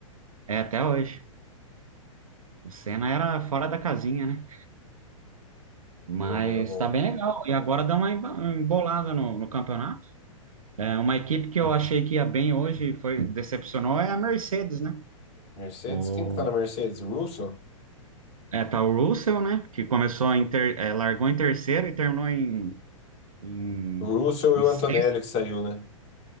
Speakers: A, on the right (about 80°); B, on the left (about 35°).
A: é até hoje. O Senna era fora da casinha, né? Mas
B: Não, ele era bom.
A: tá bem legal. E agora dá uma emba- embolada no, no campeonato. É uma equipe que eu achei que ia bem hoje, foi decepcionou é a Mercedes, né?
B: Mercedes?
A: O
B: Quem que tá na Mercedes? O Russell?
A: é tá o Russell, né? Que começou em ter, é, largou em terceiro e terminou em em,
B: O Russell
A: em
B: e o
A: sexto.
B: Antonelli que saiu, né?